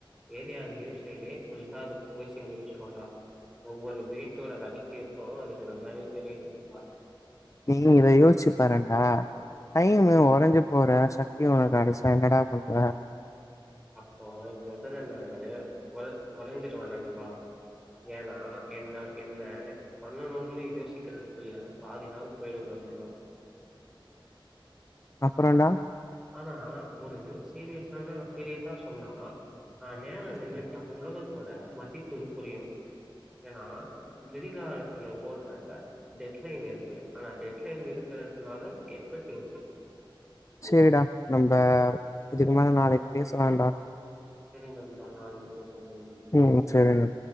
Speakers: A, in the centre; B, on the left (about 35°).
A: ஏர்யாவிலயு சேரி ஃபுல்லா அது பூசி முடிச்சிருடா ஒவ்வொரு வீட்டோட ரகசியத் தோ அதுக்கு நல்லாவே தெரியணுன்டா
B: நீ இத யோசிச்சு பாறன்டா டைமு
A: ம்
B: ஒரஞ்சு போற சக்தி ஒன காடு ச என்னடா பண்ற
A: அப்போ மொதல்ல நானு ஒற ஒறஞ்சிருவ நண்பா ஏன்னா என்னவ் என்ன பண்ணணுன்னு யோசிக்கறதுக்குள்ள பாதி நாள் போயிடு நண்பா
B: அப்றண்டா
A: ஆனா ஒரு சீரியஸ்ஸானா சீரியஸா சொன்னா ஆ நேரோ நின்னுட்டா உலகத்தோட மதிப்பு புரியு ஏனா கெடிகாரத்துல ஓட்ற டெட் லைன் இருக்கு ஆனா டெட்லைன் இருக்கறதுலான எஃபெக்ட் இருக்கு
B: சேரிடா நம்ப இதுக்கு மேல நாளைக்கு பேசலான்டா
A: சேரி நண்பா நாளைக்கி பேசுவோ
B: ம் சேரிங்க